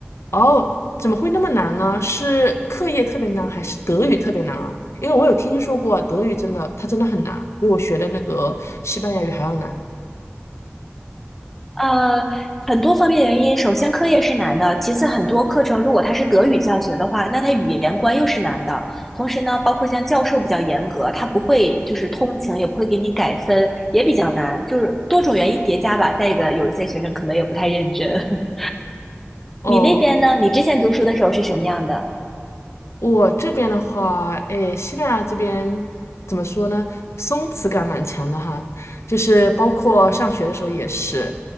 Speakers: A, on the left (about 85°); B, in the centre.
A: 哦，怎么会那么难呢？是课业特别难，还是德语特别难啊？因为我有听说过啊德语真的，它真的很难，比我学的那个西班牙语还要难。
B: 呃，很多方面原因，首先课业是难的，其次很多课程如果它是德语教学的话，那它语言关又是难的。同时呢，包括像教授比较严格，他不会就是通情，也不会给你改分，也比较难，就是多种原因叠加吧。再一个，有一些学生可能也不太认真。<laughs>
A: 哦，
B: 你那边呢？你之前读书的时候是什么样的？
A: 我这边的话，诶，西班牙这边怎么说呢？松弛感蛮强的哈，就是包括上学的时候也是，